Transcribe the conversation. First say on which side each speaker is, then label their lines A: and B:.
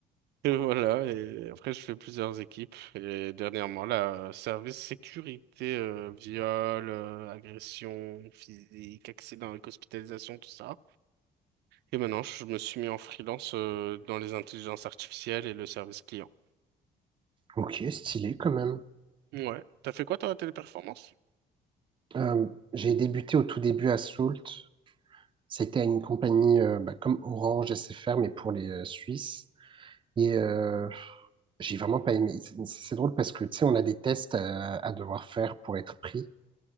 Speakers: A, on the right; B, on the right.
A: Et voilà. Et après, je fais plusieurs équipes. Et dernièrement, là, euh, service sécurité, euh, viol, euh, agression physique, accident avec hospitalisation, tout ça. Et maintenant, je me suis mis en freelance euh, dans les intelligences artificielles et le service client.
B: ok, stylé quand même.
A: Ouais. T'as fait quoi, toi, à Téléperformance?
B: Euh, j'ai débuté au tout début à Salt. C'était à une compagnie euh, bah, comme Orange SFR, mais pour les euh, Suisses. Et euh, j'ai vraiment pas aimé. C'est c'est drôle parce que, tu sais, on a des tests euh, à devoir faire pour être pris.